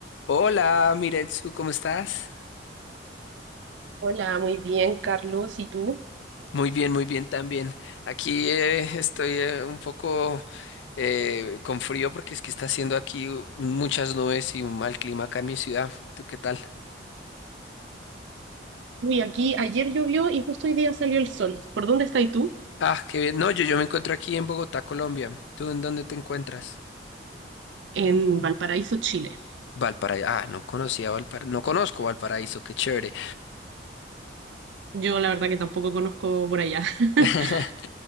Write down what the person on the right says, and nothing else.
Hola, muy bien, Carlos. ¿Y tú?
Uy, aquí ayer llovió y justo hoy día salió el sol. ¿Por dónde estás tú?
En Valparaíso, Chile.
Yo la verdad que tampoco conozco por allá. <laughs>